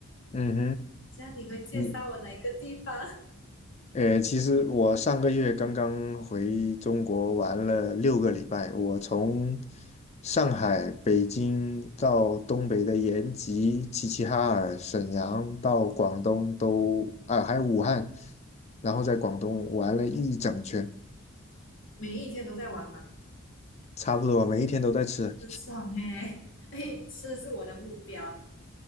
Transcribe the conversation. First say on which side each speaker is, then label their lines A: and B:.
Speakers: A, on the left; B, on the left.
A: 嗯
B: 这样你会介绍我哪一个地方？
A: 哼，你呃，其实我上个月刚刚回中国玩了六个礼拜，我从上海、北京到东北的延吉、齐齐哈尔、沈阳，到广东都啊，还有武汉，然后在广东玩了一整圈，
B: <laughs> 每一天都在玩嘛，
A: 差不多每一天都在吃。
B: 很爽嘿、哎，吃是我的目标，